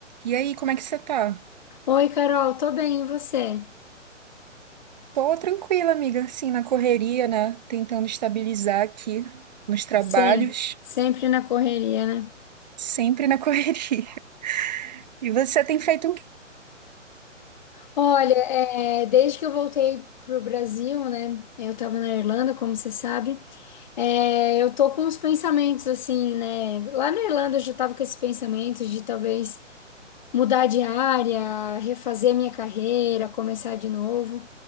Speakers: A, on the right; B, on the left.
A: E aí, como é que você tá?
B: Oi, Carol, tô bem, e você?
A: Tô tranquila, amiga, assim, na correria, né? Tentando estabilizar aqui nos trabalhos,
B: Sim, sempre na correria, né?
A: sempre na correria. <laughs> E você tem feito um... quê?
B: Olha, é, desde que eu voltei pro Brasil, né? Eu tava na Irlanda, como você sabe. é, eu tô com uns pensamentos assim, né? Lá na Irlanda eu já tava com esses pensamentos de talvez mudar de área, refazer minha carreira, começar de novo.